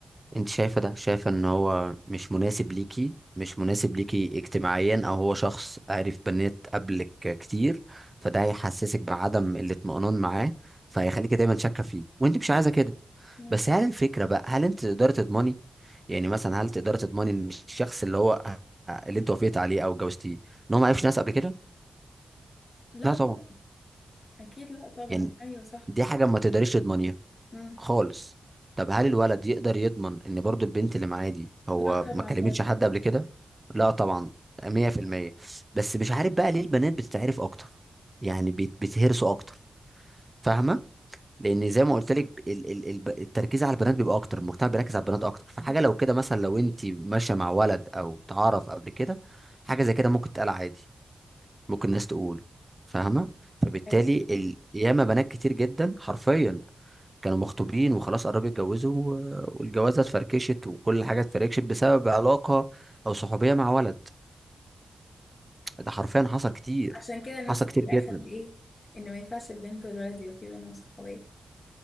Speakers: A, on the right; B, on the left.
A: انت شايفه ده شايفه ان هو مش مناسب ليكي مش مناسب ليكي اجتماعيا او هو شخص عارف بنات قبلك كتير فده هيحسسك بعدم الاطمئنان معاه فهيخليكي دايما شاكه فيه وانت مش عايزه كده
B: مم.
A: بس هل الفكره بقى هل انت تقدري تضمني يعني مثلا هل تقدري تضمني ان الشخص اللي هو آه، اللي انت وافقت عليه او اتجوزتيه ان هو ما عرفش ناس قبل كده
B: لا
A: لا
B: طبعا
A: طبعا
B: اكيد لا طبعا
A: يعني
B: ايوه صح
A: دي حاجه ما تقدريش تضمنيها
B: مم.
A: خالص طب هل الولد يقدر يضمن ان برضو البنت اللي معاه دي هو
B: لا طبعا
A: ما كلمتش
B: برضو
A: حد قبل كده لا طبعا 100% بس مش عارف بقى ليه البنات بتتعرف اكتر يعني بيت- بيتهرسوا اكتر فاهمه لان زي ما قلت لك ال- ال- ال- التركيز على البنات بيبقى اكتر المجتمع بيركز على البنات اكتر فحاجه
B: مم.
A: لو كده مثلا لو انت ماشيه مع ولد او تعرف قبل كده حاجه زي كده ممكن تتقال عادي ممكن الناس تقول فاهمه فبالتالي
B: أيوة.
A: ال- ياما بنات كتير جدا حرفيا كانوا مخطوبين وخلاص قربوا يتجوزوا و- والجوازه اتفركشت وكل حاجه اتفركشت بسبب علاقه او صحوبيه مع ولد ده حرفيا حصل كتير
B: عشان كده نوصل
A: حصل كتير
B: في الاخر
A: جدا
B: لايه ان ما ينفعش البنت والولد يبقى في بينهم صحوبيه